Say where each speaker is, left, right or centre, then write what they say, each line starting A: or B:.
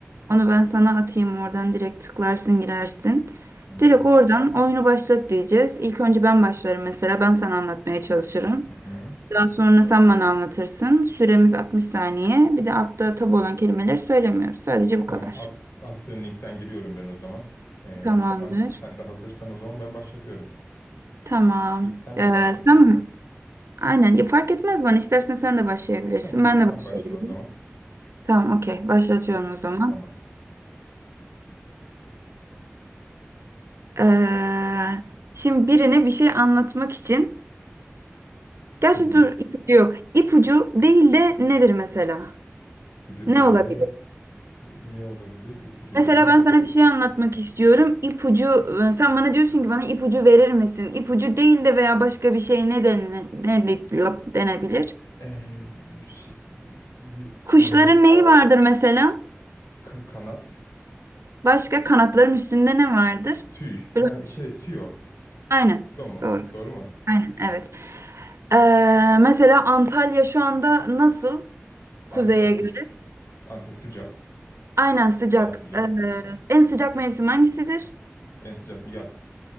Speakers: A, on the right; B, on the left.
A: Onu ben sana atayım oradan direkt tıklarsın girersin.
B: Tamam.
A: Direkt oradan oyunu başlat diyeceğiz. İlk önce ben başlarım mesela. Ben sana anlatmaya çalışırım.
B: Hı hı.
A: Daha sonra sen bana anlatırsın. Süremiz 60 saniye. Bir de altta tabu olan kelimeleri söylemiyoruz. Sadece bu
B: Tamam
A: kadar.
B: at, attığın linkten giriyorum ben o zaman. Ee,
A: Tamamdır.
B: şu an sen de hazırsan o zaman ben başlatıyorum.
A: Tamam.
B: İlk sen mi
A: Ee,
B: başlatıyordun?
A: sen mi? Aynen. Ya, fark etmez bana. İstersen sen de başlayabilirsin.
B: Tamam
A: Ben
B: ilk sen
A: de başlayabilirim.
B: başla o zaman.
A: Tamam, okey. Başlatıyorum
B: Hadi.
A: o zaman.
B: Tamam.
A: Ee, şimdi birine bir şey anlatmak için. Gerçi
B: Hı hı.
A: dur ipucu yok. İpucu değil de nedir mesela?
B: İpucu
A: Ne
B: değildi.
A: olabilir?
B: Ne olabilir? İpucu
A: Mesela
B: değildi.
A: ben sana bir şey anlatmak istiyorum. İpucu, e, sen bana diyorsun ki bana ipucu verir misin? İpucu değil de veya başka bir şey ne, dene- ne de- denebilir?
B: Ee, şey- b- b-
A: Kuşların
B: e,
A: neyi vardır mesela?
B: ka- kanat.
A: Başka kanatların üstünde ne vardır?
B: Tüy. Ha,
A: Böyle-
B: şey tüyo.
A: Aynen.
B: Tüyo mu?
A: Doğru.
B: Doğru mu?
A: Aynen. Evet. Ee, mesela Antalya şu anda nasıl kuzeye
B: Antalya,
A: göre?
B: ş- Antalya sıcak.
A: Aynen sıcak.
B: Daha sıcak.
A: Ee, en sıcak mevsim hangisidir?
B: En sıcak mı? Yaz.